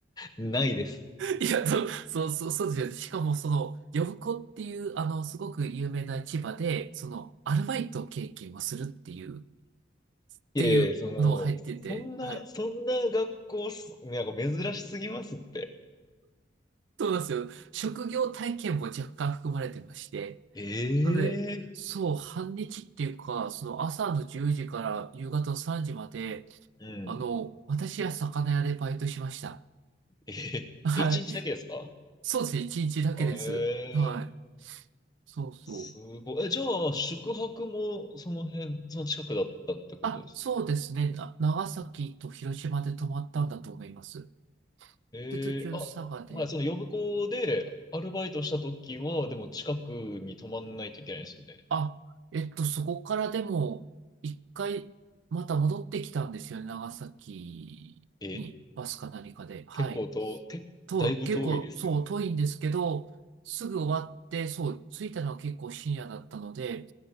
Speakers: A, on the left; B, on the right.
A: ないです。
B: う。いや、そう、そうそうそうですよね。しかも、その、呼子っていう、あの、すごく有名な市場で、その、アルバイト経験をするっていう、っ
A: いえいえ、
B: ていうのを入ってて、
A: その、そんな、
B: はい。
A: そんな学校す、なんか珍しすぎますって。
B: そうなんですよ。職業体験も若干含まれてまして。
A: ええ
B: なので、そう、半日っていうか、その朝の10時から夕方の3時まで、
A: うん。
B: あの、私は魚屋でバイトしました。
A: えへえ一日だけですか
B: はい。そうですね、1日だけです。
A: ええ
B: はい。そうそう。
A: すごい。え、じゃあ、宿泊もその辺、その近くだったってことです。
B: あ、そうですね。な、長崎と広島で泊まったんだと思います。
A: ええあ、
B: で、途中佐賀で。
A: はい、その呼子でアルバイトした時は、でも近くに泊まんないといけないですよね。
B: あ、えっと、そこからでも、一回、また戻ってきたんですよね。長崎に、
A: え、
B: バスか何かで。はい。
A: 結構と、け、
B: と、
A: だいぶ遠いですよ。
B: 結構、そう、遠いんですけど、すぐ終わって、そう、着いたのは結構深夜だったので、